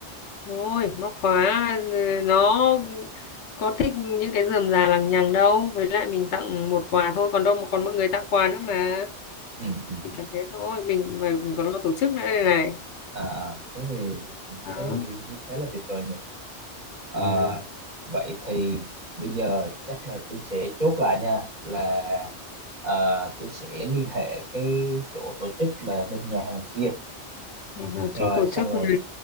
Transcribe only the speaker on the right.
ừ, ừ,
à à, thế thì
thấy là như như thế là được rồi nhỉ à,
vậy thì bây giờ chắc là tôi sẽ chốt lại nha là à, tôi sẽ liên hệ cái chỗ tổ chức là bên nhà hàng kia
rồi
xong
rồi